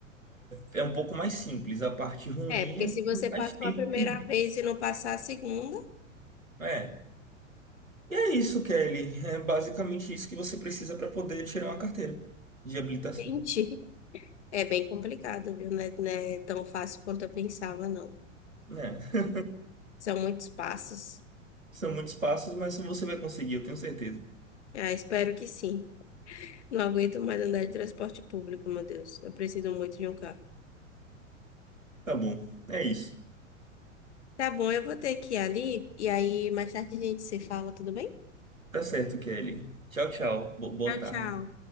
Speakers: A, on the right (about 85°); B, on the left (about 60°).
A: é um pouco mais simples. A parte ruim
B: É, porque
A: é
B: se
A: que
B: você
A: tem mais
B: passou
A: tempo
B: a primeira
A: perdido.
B: vez e não passar a segunda,
A: É. E é isso, Kelly. É basicamente isso que você precisa para poder tirar uma carteira de habilitação.
B: <laughs> gente. É bem complicado, viu? Não é, não é tão fácil quanto eu pensava, não.
A: É.
B: São muitos passos.
A: <laughs> São muitos passos, mas você vai conseguir, eu tenho certeza.
B: Ah, espero que sim. Não aguento mais andar de transporte público, meu Deus. Eu preciso muito de um carro.
A: Tá bom. É isso.
B: Tá bom, eu vou ter que ir ali e aí mais tarde a gente se fala, tudo bem?
A: Tá certo, Kelly. Tchau, tchau. Bo- Boa
B: Tchau,
A: tarde.
B: tchau.